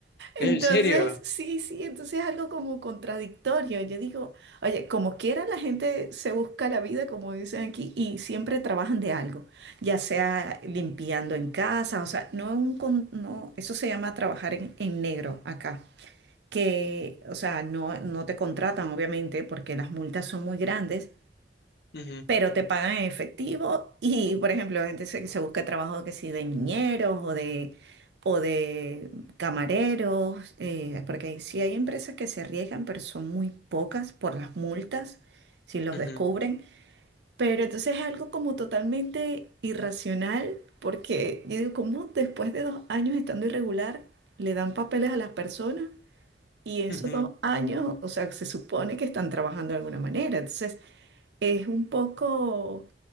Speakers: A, on the left; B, on the right.
A: ¿En
B: Entonces,
A: serio?
B: sí, sí, entonces es algo como contradictorio. Yo digo, oye, como quiera la gente se busca la vida, como dicen aquí, y siempre trabajan de algo, ya sea limpiando en casa, o sea, no, un con- no eso se llama trabajar en, en negro acá, que, o sea, no, no te contratan, obviamente, porque las multas son muy grandes
A: Ujú,
B: pero te pagan en efectivo y, por ejemplo, gente se, se busca trabajo que sí de niñeros o de, o de camareros, eh, porque sí hay empresas que se arriesgan, pero son muy pocas por las multas, si los
A: ujú,
B: descubren. Pero entonces es algo como totalmente irracional, porque yo digo, ¿cómo después de dos años estando irregular le dan papeles a las personas? Y esos
A: ujú.
B: dos años, o sea, se supone que están trabajando de alguna manera. Entonces, es un poco